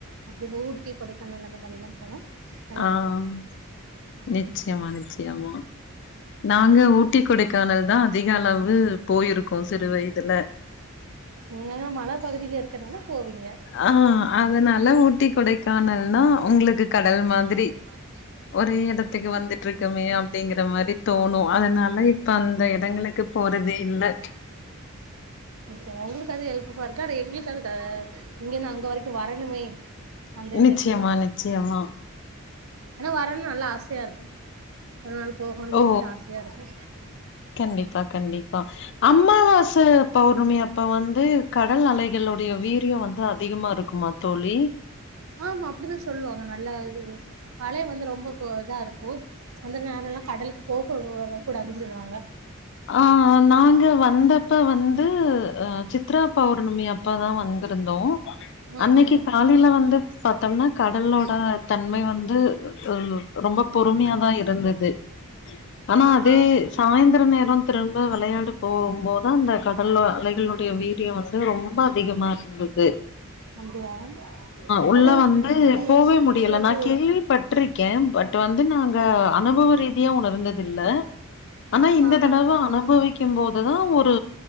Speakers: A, on the right (about 70°); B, on the left (about 55°).
A: அப்டி இந்த ஊட்டி கொடைக்கானல் அந்த மாரி எல்லாம் போனா நல்லா
B: ஆம்
A: புடிக்கு
B: நிச்யமா நிச்யமா நாங்க ஊட்டி கொடைக்கானல் தா அதிக அளவு போயிருக்கோ சிறு வய்துல
A: ம் அங்க மல பகுதில இருக்கனாலா போவீங்க
B: ஆ அதனால ஊட்டி கொடைக்கானல்னா உங்களுக்கு கடல் மாதிரி
A: மத்துலி
B: ஒரே இடத்துக்கு வந்துட்ருக்குமே அப்டிங்கற மாரி தோ பொனோ அதனால இப்ப அந்த எடங்களுக்கு போறதே இல்ல
A: சரி உங்களுக்கு அது ஹெல்ப்புப்பா இருக்கா எங்களுக்கு அது சா இங்கன்னா அங்க வரைக்கு வரணுமே அந்த இது
B: நிச்சயமா
A: இருக்கு
B: நிச்சயமா
A: ஆனா வரன்னூ நல்லா ஆசையா இருக்கும் அதனால போகணும்னு
B: ஓ
A: சொல்லிட்டு ஆசையா இருக்கோ
B: கண்டிப்பா கண்டிப்பா அம்மாவாச பௌர்ணமி அப்ப வந்து கடல் அலைகளுடைய வீரியோ வந்து அதிகமா இருக்குமா தோழி
A: ஆமா அப்படித்தா சொல்லுவாங்க நல்ல இது பழைய வந்து ரொம்ப இதா இருக்கோ வந்துருங்க யாரல்லா கடலுக்கு போ <unintelligible> கூடாது சொல்லுவாங்க
B: ஆ நாங்க வந்தப்ப வந்து அ சித்ரா பௌர்ணமி அப்ப தா வந்துருந்தோ
A: ம்
B: அன்னைக்கி
A: ம்
B: காலில வந்து பாத்தம்னா கடல் ஓட தன்மை வந்து ரொம்ப ரொம்ப பொறுமையாதா இருந்தது ஆனா
A: ஆ
B: அதெய்
A: ஆ
B: சாய்ந்த்ர நேர் ப்ரோ திரும்ப வெளையாடு போம்போதா அந்த கடல்லா அலைகளுடைய வீரியோ வந்து ரொம்ப அதிகமாக இருந்து துஅ
A: அப்டியா
B: உள்ள
A: அது
B: வந்து எப்பவே
A: ஏய்,
B: முடியல
A: இது
B: நான் கேள்விப்பட்ட ட்ரிக்கே பட் வந்து நாங்க அனுபவ ரீதியா உணர்ந்ததில்ல ஆனா இந்த
A: ஆ
B: தினமு
A: ஆ
B: அனுபவிக்கெம் போதுதா ஒரு